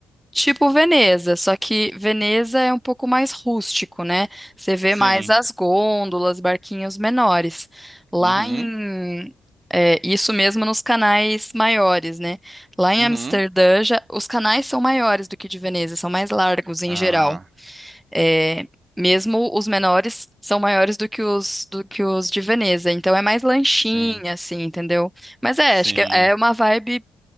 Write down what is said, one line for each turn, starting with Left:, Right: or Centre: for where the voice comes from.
Centre: tipo Veneza, só que Veneza é um pouco mais rústico, né? Você vê
Right: Sim.
Centre: mais as gôndolas, barquinhos menores. Lá
Right: Uhum.
Centre: em. é, isso mesmo nos canais maiores, né? Lá em
Right: Uhum.
Centre: Amsterdã, já, os canais são maiores do que de Veneza, são mais largos
Right: Ah,
Centre: em geral. É, mesmo os menores são maiores do que os do que os de Veneza, então é mais lanchinha,
Right: sim.
Centre: assim, entendeu? Mas é,
Right: Sim.
Centre: acho que é uma vibe